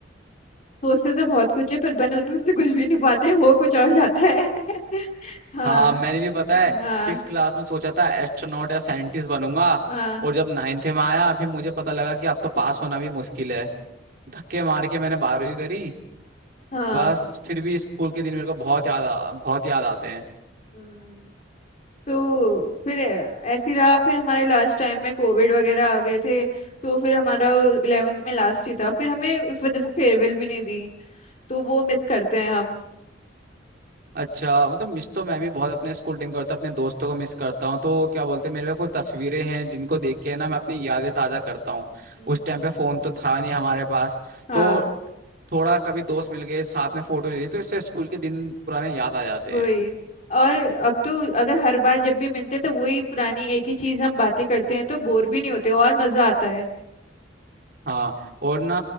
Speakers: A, on the left; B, on the right.
A: सोचते तो बहुत कुछ है पर बन उनमें से कुछ भी नहीं पाते हो कुछ और जाता है <laughs> हाँ
B: हाँ मैंने भी पता है
A: हाँ
B: सिक्स क्लास में सोचा था एस्ट्रोनॉट या साइंटिस्ट बनूंगा
A: हाँ
B: और जब नाइन्थ में आया फिर मुझे पता लगा कि अब तो पास होना भी मुश्किल है धक्के मार के मैंने बारहवीं करी
A: हाँ
B: बस फिर भी स्कूल के दिन मेरे को बहुत याद आ, बहुत याद आते हैं
A: हम्म। तो फिर ऐसे ही रहा फिर हमारे लास्ट टाइम में कोविड वगैरह आ गए थे तो फिर हमारा इलेवेंथ में लास्ट ही था फिर हमें उस वजह से फेयरवेल भी नहीं दी तो वो मिस करते हैं हम
B: अच्छा मतलब मिस तो मैं भी बहुत अपने स्कूल टाइम करता अपने दोस्तों को मिस करता हूँ तो क्या बोलते हैं मेरे पे कुछ तस्वीरें हैं जिनको देख के ना मैं अपनी यादें ताजा करता हूँ
A: हम्म।
B: उस टाइम पे फोन तो था नहीं हमारे पास
A: हाँ
B: तो थोड़ा कभी दोस्त मिल गए साथ में फोटो ले ली तो इससे स्कूल के दिन पुराने याद आ जाते
A: वही
B: हैं
A: और अब तो अगर हर बार जब भी मिलते हैं तो वही पुरानी एक ही चीज हम बातें करते हैं तो बोर भी नहीं होते और मजा आता है
B: हाँ और ना